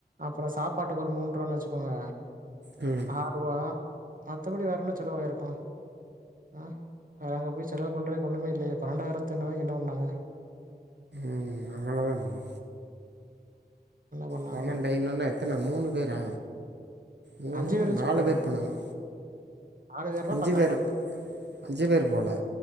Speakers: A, on the right; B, on the right.
A: அப்புற சாப்பாட்டுக்கு ஒரு மூண்றுவால வச்சுக்கோங்க
B: ம்
A: ஆறுவா மத்தபடி வேற என்ன செலவாயிருக்கு ஆ அங்க போய் செலவு பண்றதுக்கு ஒண்ணுமே இல்லையா பன்னெண்டாயிரத்தைநூறுவாய்க்கு என்னவன்னாங்க <inaudible>
B: ம் அவ்ளோதா ப்ரோ
A: பண்ணாங்களோ
B: பன்னெண்டு ஐநூற்னா எத்தன மூணு பேரா மூணு
A: அஞ்சு பேருக்கு
B: நாலுவேர்
A: சொல்றேன் நானு
B: போனாங்க
A: நாலு பேர்னா
B: அஞ்சு
A: பத்தாயிரரூவா
B: வேரு அஞ்சு பேர் போல